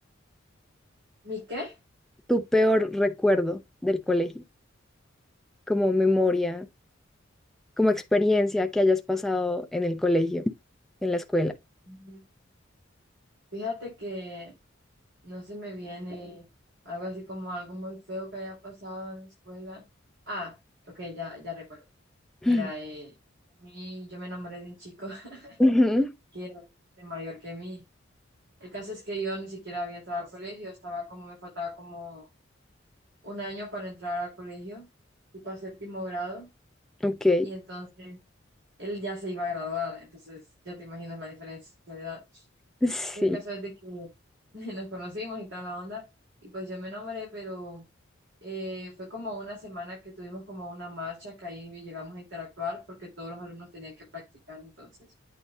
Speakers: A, on the right; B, in the centre.
A: ¿Mi qué?
B: Tu peor recuerdo del colegio, como memoria, como experiencia que hayas pasado en el colegio, en la escuela.
A: Ujú. Fíjate que no se me viene algo así como algo muy feo que haya pasado en la escuela. Ah, ok, ya, ya recuerdo.
B: <laughs>
A: Mira, eh, a mí- yo me enamoré de un chico <laughs>
B: Ujú,
A: que era bastante mayor que mí. El caso es que yo ni siquiera había entrado al colegio, estaba como, me faltaba como un año para entrar al colegio, tipo a séptimo grado,
B: Ok,
A: y entonces él ya se iba a graduar, entonces ya te imaginas la diferencia de edad.
B: sí.
A: Pues el caso es de que <laughs> nos conocimos y toda la onda, y pues yo me nombré, pero eh, fue como una semana que tuvimos como una marcha que ahí llegamos a interactuar porque todos los alumnos tenían que practicar, entonces